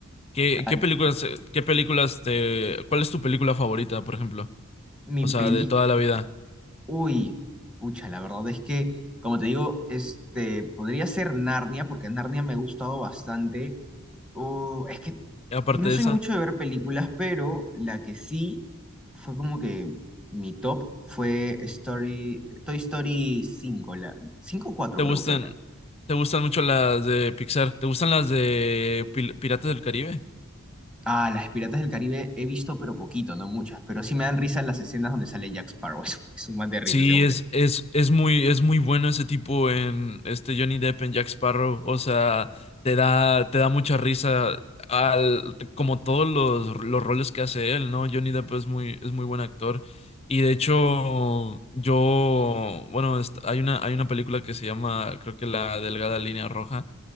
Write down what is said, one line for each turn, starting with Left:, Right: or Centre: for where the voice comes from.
Left: ¿Qué,
Centre: Ay,
Left: qué películas,
Centre: qué bueno.
Left: qué películas te, cuál es tu película favorita, por ejemplo?
Centre: Mi
Left: O
Centre: película.
Left: sea, de toda la vida.
Centre: Uy, pucha, la verdad es que, como te digo, este, podría ser Narnia, porque Narnia me ha gustado bastante. Uh, es que
Left: Y aparte
Centre: no soy
Left: de esa,
Centre: mucho de ver películas, pero la que sí fue como que mi top fue Story, Toy Story cinco, la 5 o 4
Left: ¿te
Centre: creo
Left: gustan,
Centre: que fue la.
Left: te gustan mucho las de Pixar? ¿Te gustan las de Pil- Piratas del Caribe?
Centre: Ah, las de Piratas del Caribe he visto, pero poquito, no muchas, pero sí me dan risa las escenas donde sale Jack Sparrow. <laughs> Es, un es un mate de risa
Left: Sí,
Centre: ese hombre.
Left: es, es, es muy, es muy bueno ese tipo en este Johnny Depp en Jack Sparrow. O sea, te da, te da mucha risa al, como todos los, los roles que hace él, ¿no? Johnny Depp es muy, es muy buen actor. Y de hecho, yo, bueno, est- hay una, hay una película que se llama, creo que La Delgada Línea Roja,